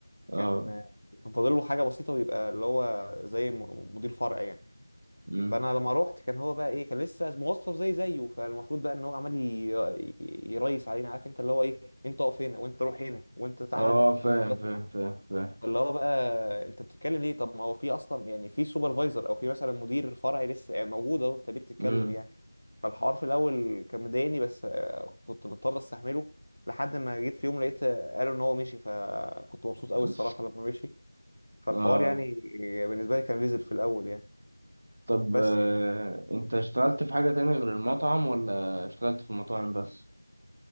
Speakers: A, on the right (about 30°); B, on the left (about 70°).
A: آه
B: كان كان فاضل له حاجه بسيطه ويبقى اللي هو زي م- مدير فرع يعني
A: مم.
B: فانا لما روحت كان هو بقى ايه كان لسه موظف زي زيه فالمفروض بقى ان هو عمال ي- يريس علينا عارف انت اللي هو ايه انت اقف هنا وانت روح هنا وانت تعالى
A: آه فاهم
B: وانت اطلع
A: فاهم فاهم فاهم
B: اللي هو بقى انت بتتكلم ليه طب ما هو في اصلا يعني في سوبرفايزر او في مثلا مدير فرعي لسه يعني موجود اهو انت ليه بتتكلم
A: مم.
B: يعني فالحوار في الاول كان مضايقني بس آه، كنت مضطر استحمله لحد ما جيت في يوم لقيت آه، قالوا ان هو مشي فكنت مبسوط قوي
A: <laughs> مم.
B: الصراحه لما مشي فالحوار
A: آه
B: يعني بالنسبه لي كان نزل في الاول يعني
A: طب
B: بس
A: آه، أنت اشتغلت في حاجة تانية غير المطعم ولا اشتغلت في المطاعم بس؟